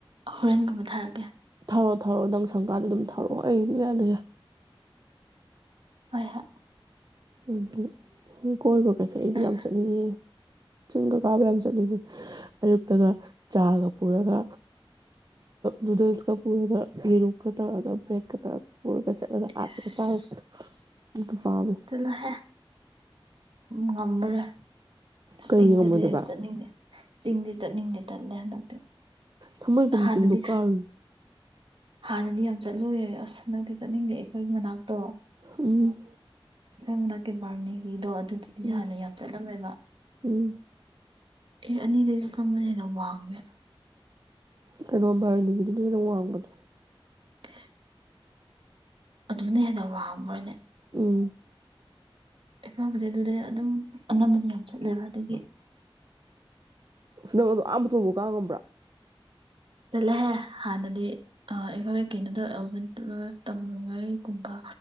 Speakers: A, on the right (about 65°); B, on the right (about 45°).
A: ꯍꯣꯔꯦꯟꯒꯨꯝꯕ ꯊꯥꯔꯛꯀꯦ
B: ꯊꯥꯔꯛꯑꯣ ꯊꯥꯔꯛꯑꯣ ꯅꯪ ꯁꯪꯀꯥꯟꯗ ꯑꯗꯨꯝ ꯊꯥꯔꯛꯑꯣ ꯑꯩ ꯑꯗꯨꯝ ꯏꯌꯥꯗ ꯌꯥꯏ
A: ꯍꯣꯏ ꯍꯣꯏ
B: ꯏꯇ ꯀꯣꯏꯕꯒꯥꯁꯦ ꯑꯩꯗꯤ
A: ꯅꯪ
B: ꯌꯥꯝ ꯆꯠꯅꯤꯡꯉꯦ ꯆꯤꯡꯒ ꯀꯥꯕ ꯌꯥꯝ ꯆꯠꯅꯤꯡꯉꯤ ꯑꯌꯨꯛꯇꯒ ꯆꯥ ꯒꯥ ꯄꯨꯔꯒ ꯅꯨꯗꯜꯁꯀ ꯄꯨꯔꯒ ꯌꯦꯔꯨꯝꯀ ꯇꯧꯔꯒ ꯕ꯭ꯔꯦꯗꯀ ꯇꯧꯔꯒ ꯄꯨꯔꯒ ꯆꯠꯂꯒ ꯑꯥꯗꯒ
A: ꯑꯁ
B: ꯆꯥꯔꯨꯕꯗꯣ ꯠꯇ ꯐꯕ
A: ꯆꯠꯂꯣꯍꯦ ꯉꯝꯃꯔꯣꯏ
B: ꯀꯩ
A: ꯆꯤꯡꯗꯗꯤ
B: ꯉꯝꯃꯣꯏꯗꯕ
A: ꯑꯩ ꯆꯠꯅꯤꯡꯗꯦ ꯆꯤꯡꯗꯤ ꯆꯠꯅꯤꯡꯗꯦ ꯇꯜꯂꯦ ꯍꯥꯏꯗꯤ
B: ꯊꯥꯡꯃꯩꯕꯟ
A: ꯍꯥꯟꯅꯗꯤ
B: ꯆꯤꯡꯗꯣ ꯀꯥꯔꯨꯏ
A: ꯍꯥꯟꯅꯗꯤ ꯌꯥꯝ ꯆꯠꯅꯤꯡꯂꯝꯃꯦ ꯑꯁ ꯍꯟꯗꯛꯇꯤ ꯆꯠꯅꯤꯡꯗꯦ ꯑꯩꯈꯣꯏꯒꯤ ꯃꯅꯥꯛꯇꯣ
B: ꯎꯝ
A: ꯃ ꯂꯦꯕꯥꯔꯅꯤꯒꯤꯗꯣ ꯑꯗꯨꯗꯨꯗꯤ
B: ꯎꯝ
A: ꯍꯥꯟꯅ ꯌꯥꯝ ꯆꯠꯂꯝꯃꯦꯕ
B: ꯎꯝ
A: ꯑꯦ ꯑꯅꯤꯗꯨꯗꯒꯤ ꯀꯔꯝꯕꯅ ꯍꯦꯟꯅ ꯋꯥꯡꯒꯦꯅ
B: ꯀꯩꯅꯣ ꯕꯥꯥꯔꯅꯤꯒꯤꯗꯨꯅꯥꯗꯤ ꯍꯦꯟꯅ ꯋꯥꯡꯕꯅꯦ
A: ꯒ ꯑꯗꯨꯅ ꯍꯦꯟꯅ ꯋꯥꯡꯕ꯭ꯔꯅꯦ
B: ꯎꯝ
A: ꯑꯩ ꯈꯁꯦ ꯑꯗꯨꯗꯤ ꯑꯗꯨꯝ ꯑꯅꯝꯕꯅꯤ ꯌꯥꯝ ꯆꯠꯂꯦꯕ ꯑꯗꯨꯒꯤ
B: ꯅ ꯑ ꯊ ꯋꯥꯉꯕ꯭ꯔꯥ
A: ꯆꯠꯂꯦꯍꯦ ꯍꯥꯟꯅꯗꯤ ꯑꯩꯈꯣꯏ ꯀꯩꯅꯣꯗꯣ ꯑꯦꯜꯕꯦꯝ ꯂꯣꯏ ꯇꯝꯂꯤꯉꯩꯒꯨꯝꯕ